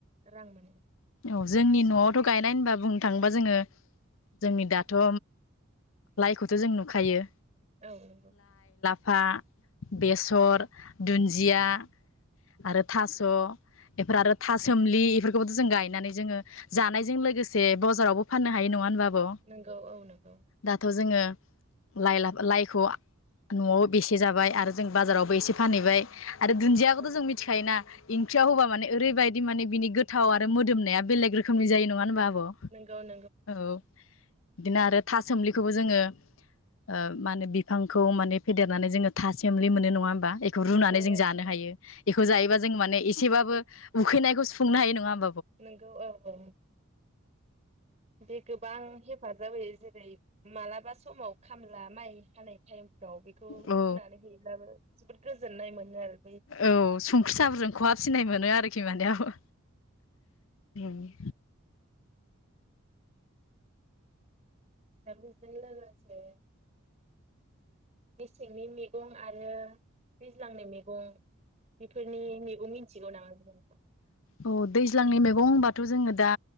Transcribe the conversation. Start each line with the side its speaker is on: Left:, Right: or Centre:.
Right: रां मोनो ।
Left: औ जोंनि नआवथ' गायनाय होनबा बुंनो थाङोबा जोङो जोंनि दाथ' लाइखौथ' जों नुखायो।
Right: औ नंगौ।
Left: फा, बेसर, दुन्दिया। आरो थास' एफोर आरो था सोमलि इफोर खौबोथ' जों गायनानै जोङो जानायजों लोगोसे बजारावबो फाननो हायो नङा होनबा। औ
Right: नंगौ औ नंगौ औ
Left: दाथ' जोङो। लाइ लाफा लाइखौ न'आव बेसे जाबाय आरो जों बाजारावबो एसे फानहैबाय। आरो
Right: नंगौ
Left: दुन्दियाखौथ'
Right: औ
Left: जों मिथिखायोना इन ओंख्रिं याव होबा माने ओरैबायदि माने बिनि गोथाव आरो मोदोमनाया बेलेग रोखोमनि जायो नङा होनोमबा।
Right: नंगौ नंगौ औ नंगौ
Left: अ औ इदिनो आरो था सोम्लिखौबो जोङो ओ मा होनो बिफांखौ माने फेदेरनानै जोङो था सोम्लि मोनो नङा बा इखौ रुनानै
Right: नंगौ
Left: जों जानो हायो इखौ
Right: औ
Left: जायोबा जों माने बाबो‌ उखैनायखौ सुुंफुंनो हायो नङा होम
Right: नोंगौ औ औ। बे गोबां हेफाजाब होयो जे ओेरै मालाबा समाव खामला माइ हानाय टाइम । औ बेखौ
Left: औ
Right: रुनानै हैब्लाबो। जोबोद गोजोननाय मोनो आरो ।
Left: औ संख्रि सा फोरजों खहाब सिनाय मोनो आरोखि माने औ <inaudible>
Right: दा बेजों लोगोसे मेसेंनि मैगं आरो दैज्लांनि मैगं । बेफोरनि मैगं मि थिगौ नामा नों
Left: औ दैज्लांनि मैगं होनबाथ' जोङो दा